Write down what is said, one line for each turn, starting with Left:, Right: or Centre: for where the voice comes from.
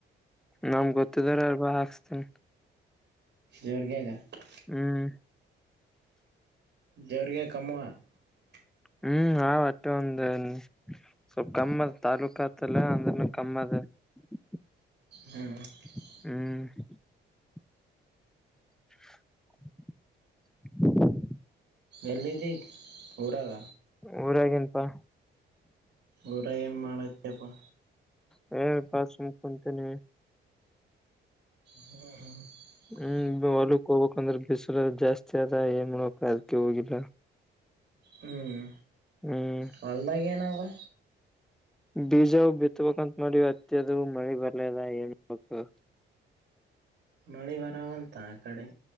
Centre: ನಾಮ ಕೊತ್ತಿದರ ಆವರ್ಬ ಹಾಕ್ಸ್ತೀನಿ
Right: ಜೋರ್ಗೆಗಾ <unintelligible>
Centre: ಹ್ಮ್
Right: ಜೋರುಗೆ ಕಾಮಾ <unintelligible>
Centre: ಹ್ಮ್ ಆ ಒಟ್ಟೆ ಒಂದು ಸ್ವಲ್ ಕಮ್ಮದ ತಾಲೂಕತ್ತಲ್ಲ ಅಂದ ಕಮ್ಮ ಅದ <unintelligible> ಹಾ <unintelligible>
Right: ಹ್ಮ <inaudible>
Centre: ಹ್ಮ್ <inaudible> <unintelligible>
Right: ಎಲ್ಲಿದಿ ಊರಾಗ
Centre: ಊರಗಿ ಪ
Right: ಊರಗ್ ಏನ್ ಮಾಡದುೆಪ್ಪ
Centre: ಹ ಬಸ್ <unintelligible> ಮುಕಂತೀನ
Right: ಹ್ಮ ಹಾ <unintelligible>
Centre: ಹ್ಮ್ ಹೊಲಕ್ ಹೋಗ್ಬೇಕಕ್ಂದ್ರೆ ಬಿಸರ ಜಾಸ್ತಿ ಆದದ ಏನ್ ಮಾಡ್ಬೇಕಕ್ ಅದಕ ಹೋಗಿಲ್ಲ
Right: ಹ್ಮ್
Centre: ಹ್ಮ್
Right: ಹೊಲದಾಗೇನವ್ವ
Centre: ಬೀಜವು ಬಿತ್ಬೇಕಂತ ಮಾಡಿ ಅತ್ತ ಅದು ಮಳಿ ಬರ್ಲದ ಏನ್ಬೇಕು
Right: ಮಳಿ ಭರವಲ್ತಾ ಅ ಕಡೆ